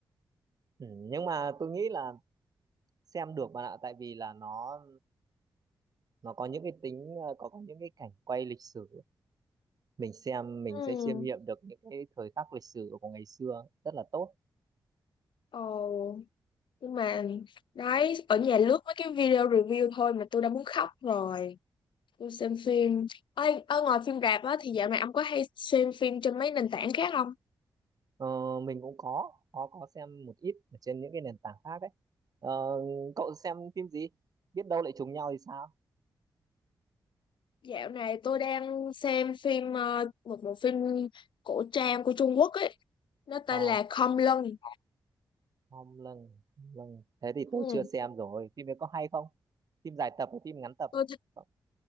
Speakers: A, on the right; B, on the left.
A: ừ, nhưng mà tôi nghĩ là xem được bạn ạ tại vì là nó nó có những cái tính ờ, có, có những cái cảnh quay lịch sử mình xem mình
B: ừ
A: sẽ chiêm nghiệm được những cái thời khắc lịch sử của ngày xưa rất là tốt
B: ồ nhưng mà đấy ở nhà lướt mấy cái video review thôi mà tôi đã muốn khóc rồi Tôi xem phim Ôi, ở ngoài phim rạp á thì dạo này ông có hay xem phim trên mấy nền tảng khác không?
A: ờ, mình cũng có có có xem một ít ở trên những cái nền tảng khác ấy ờ, cậu xem phim gì biết đâu lại trùng nhau thì sao
B: Dạo này tôi đang xem phim ờ, một bộ phim cổ trang của Trung Quốc ấy, nó
A: ờ
B: tên là Khom Lưng.
A: Hom lần Hom thế thì tôi
B: Ừ.
A: chưa xem rồi phim ấy có hay không phim dài tập hay phim ngắn tập
B: Tôi
A: hả
B: thích
A: Cậu-